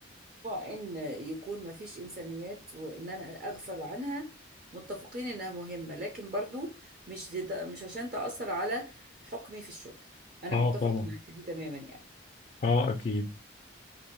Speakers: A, on the right; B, on the left.
A: ان يكون ما فيش انسانيات وان انا اغفل عنها متفقين انها مهمة لكن برضو مش لد... مش عشان تأثر على حكمي في الشغل انا
B: اه
A: متفق
B: طبعا
A: معك دي تماما يعني
B: اه اكيد